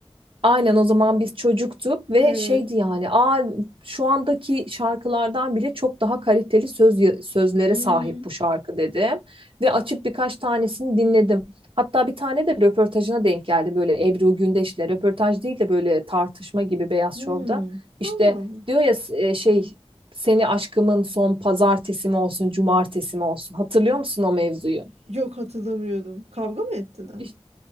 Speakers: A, on the right (about 55°); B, on the right (about 85°).
A: Aynen o zaman biz çocuktuk ve
B: Evet.
A: şeydi yani aa, şu andaki şarkılardan bile çok daha kaliteli söz sözlere
B: Hmm,
A: sahip bu şarkı dedim. Ve açıp birkaç tanesini dinledim. Hatta bir tane de röportajına denk geldi böyle Ebru Gündeş'le röportaj değil de böyle tartışma gibi Beyaz
B: hmm.
A: Şov'da. İşte
B: Allah Allah.
A: diyor ya e, şey seni aşkımın son pazartesi mi olsun cumartesi mi olsun hatırlıyor musun o mevzuyu?
B: Yok hatırlamıyorum. Kavga mı ettiler?
A: İşte